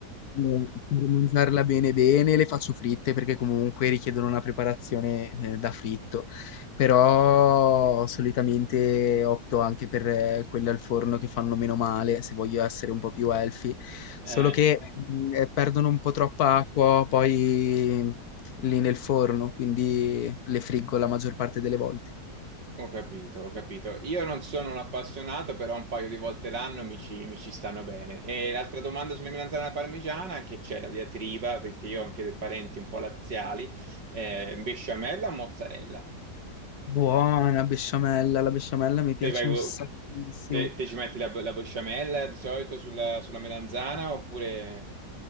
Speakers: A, on the left (about 65°); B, on the right (about 80°).
A: Allora, per mangiarla bene bene le faccio fritte perché comunque richiedono una preparazione eh, da fritto, però solitamente opto anche per eh, quelle al forno che fanno meno male se voglio essere un po' più healthy,
B: Eh,
A: solo che mm, eh, perdono un po' troppa acqua poi mm, lì nel forno, quindi le friggo la maggior parte delle volte.
B: ho capito, ho capito. Io non sono un appassionato, però un paio di volte l'anno mi ci, mi ci stanno bene. E l'altra domanda sulle melanzane alla parmigiana, che c'è la diatriba, perché io ho anche dei parenti un po' laziali, eh, besciamella o mozzarella?
A: Buona besciamella, la besciamella mi piace
B: Te, vai,
A: un sacchissimo.
B: te, te ci metti la, la besciamella di solito sulla, sulla melanzana oppure...